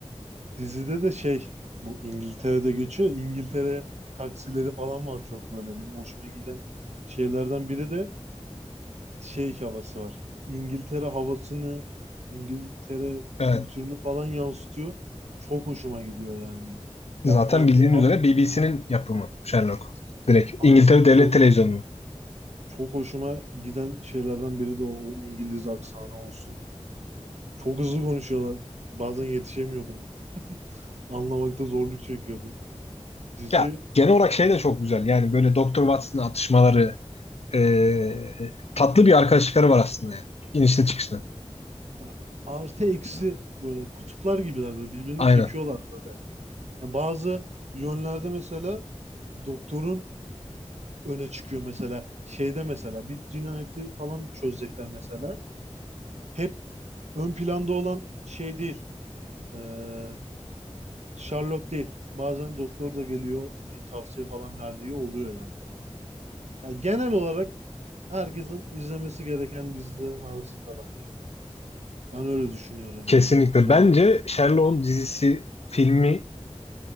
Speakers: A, on the right (about 75°); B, on the left (about 65°).
A: dizide de şey bu İngiltere'de geçiyor. İngiltere taksileri falan var çok böyle benim hoşuma giden şeylerden biri de şey havası var. İngiltere havasını İngiltere
B: Evet.
A: kültürünü falan yansıtıyor. Çok hoşuma gidiyor yani. Ya
B: Zaten
A: ben
B: bildiğin
A: bir
B: üzere BBC'nin yapımı Sherlock. Direkt
A: aynen
B: İngiltere Devlet
A: çok
B: Televizyonu'nun.
A: Çok hoşuma giden şeylerden biri de o, o İngiliz aksanı olsun. Çok hızlı konuşuyorlar. Bazen yetişemiyordum. Anlamakta zorluk çekiyordum. Dizi
B: Ya genel olarak şey de çok güzel. Yani böyle Doktor Watson'ın atışmaları ee, tatlı bir arkadaşlıkları var aslında yani. İnişli çıkışlı.
A: ya, artı eksi böyle kutuplar gibiler böyle birbirini
B: Aynen.
A: çekiyorlar. Yani bazı yönlerde mesela doktorun öne çıkıyor mesela şeyde mesela bir cinayeti falan çözecekler mesela. Hep ön planda olan şey değil. Ee, Sherlock değil. Bazen doktor da geliyor bir tavsiye falan verdiği oluyor yani. Yani genel olarak herkesin izlemesi gereken dizilerin arasında bence. Ben öyle düşünüyorum
B: Kesinlikle.
A: yani. Çok güzel
B: Bence
A: bir dizi.
B: Sherlock'un dizisi, filmi